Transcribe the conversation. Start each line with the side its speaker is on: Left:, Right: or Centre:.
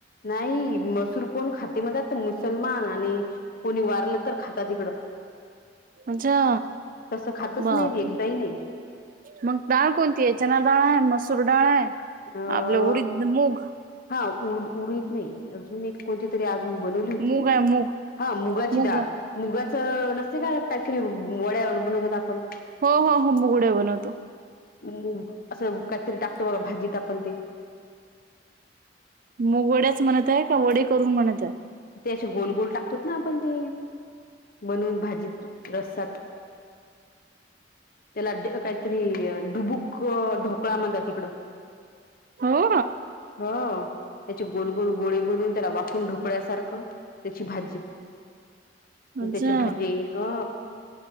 Left: नाही मसूर कोण खातेमध्ये त मग मुसलमान आणि कोणी वा लं तर खाता तिकड
Right: अच्छा
Left: तस खातच
Right: बाप
Left: नाही एकदाही नाही.
Right: मग डाळ कोणती आहे चना डाळ आहे. मसूर डाळ, आहे
Left: अ
Right: आपलं उडीत, मूग.
Left: हा उड उडीद नाही अजून एक कोणती तरी आज मी बनवली होती
Right: मूग आहे मूग
Left: हा मुगाची
Right: मूग
Left: डाळ.
Right: आहे.
Left: मुगाचं नसते का काहीतरी वड्या बनवतात आपण.
Right: हो हो हो मूगडे बनवतो.
Left: मुंग असं काहीतरी टाकतो बघा भाजीत आपण ते
Right: मग वड्याच म्हणत आहे. का वडे करून म्हणत आहे?
Left: ते असे गोल गोल टाकतो ना आपण ते बनून भाजीत रसात. त्याला काहीतरी डुबुक ढोकळा म्हणतात तिकडं.
Right: हो
Left: हा त्याचे गोल गोल गोळे बनून त्याला वाकून ढोकळ्यासारखं त्याची भाजी.
Right: अच्छा
Left: त्याचे भजे ह